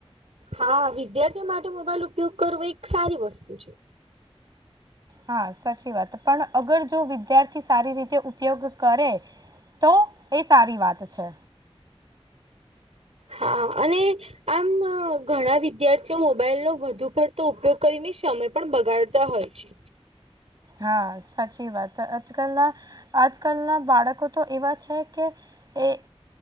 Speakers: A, on the right (about 80°); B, on the right (about 40°).
A: હા, વિદ્યાર્થીઓ માટે મોબાઈલ ઉપયોગ કરવો એક સારી વસ્તુ છે
B: હા સાચી વાત પણ અગર જો વિદ્યાર્થી સારી રીતે ઉપયોગ કરે. તો એ સારી વાત છે.
A: હા, અને આમ, ઘણા વિદ્યાર્થીઓ મોબાઈલ નો વધુ પડતો ઉપયોગ કરીને સમય પણ બગાડ તા હોય છે.
B: હા, સાચી વાત આજ કાલના આજકાલના બાળકો તો એવા છે કે, એ